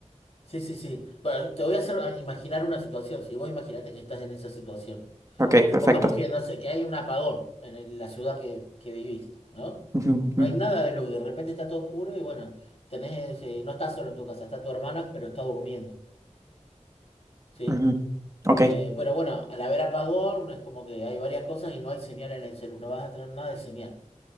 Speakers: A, on the left; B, on the right.
A: Sí, sí, sí. Bueno, te voy a hacer a imaginar una situación, si vos imaginate que estás en esa situación.
B: Ok,
A: Supongamos
B: perfecto.
A: que, no sé, que hay un apagón en el- la ciudad que, que vivís, ¿no?
B: Ujú,
A: No
B: ujú,
A: hay nada de luz, de repente está todo oscuro y bueno, tenés, eh, no estás solo en tu casa, está tu hermana, pero está durmiendo, ¿sí?
B: ujú. Ok,
A: Eh, pero bueno, al haber apagón es como que hay varias cosas y no hay señal en el celular, no vas a tener nada de señal.